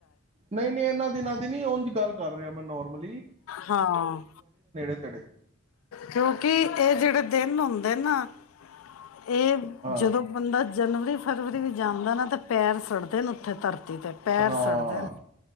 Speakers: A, on the right (about 30°); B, on the left (about 75°).
A: ਨਹੀਂ ਨਹੀਂ ਇਹਨਾਂ ਦਿਨਾਂ ਦੀ ਨੀ ਉਂਝ ਗੱਲ ਕਰ ਰਿਹਾ ਮੈਂ ਨੋਰਮਲ
B: ਹਾਂ
A: ਤੇੜੇ
B: ਕਿਉਂਕਿ ਇਹ ਜਿਹੜੇ ਦਿਨ ਹੁੰਦੇ <unintelligible> ਇਹ
A: ਹਾਂ
B: ਜਦੋਂ ਬੰਦਾ ਜਨਵਰੀ ਫਰਵਰੀ ਵਿੱਚ ਜਾਂਦਾ ਨਾ ਤੇ ਪੈਰ ਸੜਦੇ ਨੇ ਉੱਥੇ ਤਰ ਤੇ ਪੈਰ
A: ਹਾਂ
B: ਸੜਦੇ